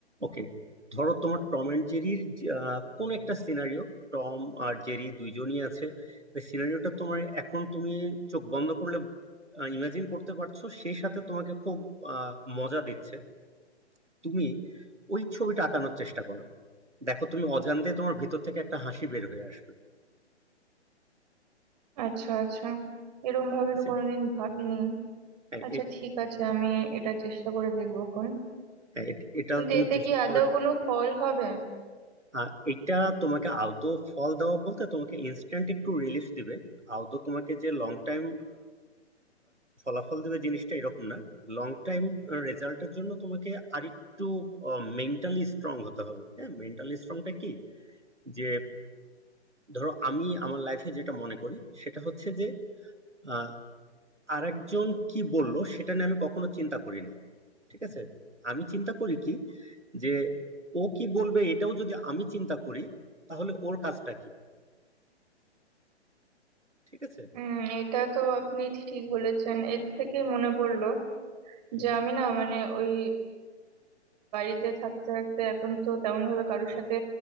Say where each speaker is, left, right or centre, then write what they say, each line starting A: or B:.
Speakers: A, on the right; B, on the right.
A: ওকে ধরো তোমার টম এন্ড জেরির কোন একটা সিনারিও টম আর জেরি দুইজনই আছে সিনারিওটা তোমার এখন তুমি চোখ বন্ধ করলে ইমাজিন করতে পারছো সেই সাথে তোমাকে খুব আহ, মজা দিচ্ছে তুমি ওই ছবিটা আঁকানোর চেষ্টা করো দেখো তুমি অজান্তে তোমার ভেতর থেকে একটা হাসি বের হয়ে আসবে
B: আচ্ছা আচ্ছা এরকম
A: ঠিক
B: ভাবে তো
A: আছে?
B: কোনোদিন ভাবিনি
A: এ-
B: আচ্ছা
A: এ-
B: ঠিক আছে আমি এটা চেষ্টা করে দেখবো খন
A: এ- এটা
B: কিন্তু
A: তুমি
B: এতে
A: চেষ্টা
B: কি আদৌ
A: করে দেখ-
B: কোনো ফল হবে
A: আর এটা তোমাকে আদৌ ফল দেওয়া বলতে তোমাকে ইনস্ট্যান্ট একটু রিলিফ দিবে আদৌ তোমাকে যে লং টাইম ফলাফল দিবে জিনিসটা এরকম না লং টাইম রেজাল্টের জন্য তোমাকে আরেকটু মেন্টালি স্ট্রং হতে হবে হ্যাঁ মেন্টালি স্ট্রংটা কি যে ধরো আমি আমার লাইফে যেটা মনে করি সেটা হচ্ছে যে আহ, আরেকজন কি বললো সেটা নিয়ে আমি কখনো চিন্তা করি না ঠিক আছে আমি চিন্তা করি কি যে ও কি বলবে এটাও যদি আমি চিন্তা করি তাহলে ওর কাজটা কি ঠিক আছে
B: হুম এটা তো আপনি ঠিক বলেছেন এর থেকে মনে পড়লো যে
A: হ্যাঁ,
B: আমি না মানে ওই বাড়িতে থাকতে থাকতে এখন তো তেমন ভাবে কারোর সাথে